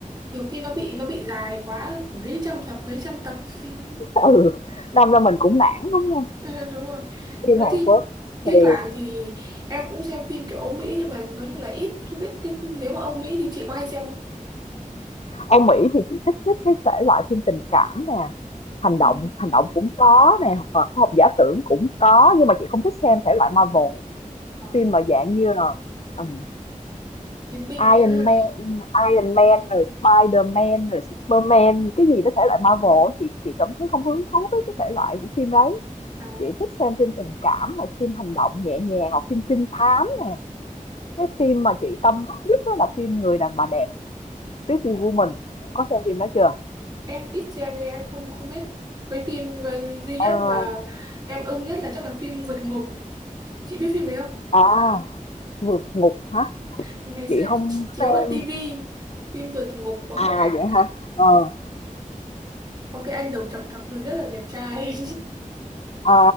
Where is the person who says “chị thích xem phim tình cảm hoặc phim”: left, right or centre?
Left